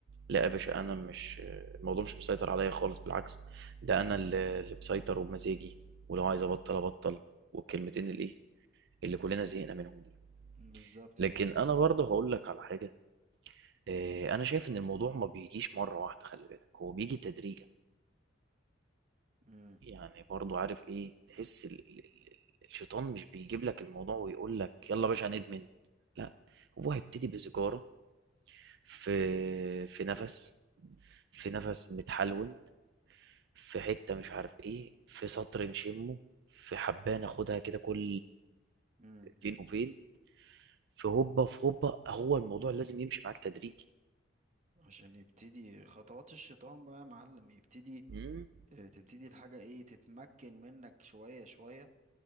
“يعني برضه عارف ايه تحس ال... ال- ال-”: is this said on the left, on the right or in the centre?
Right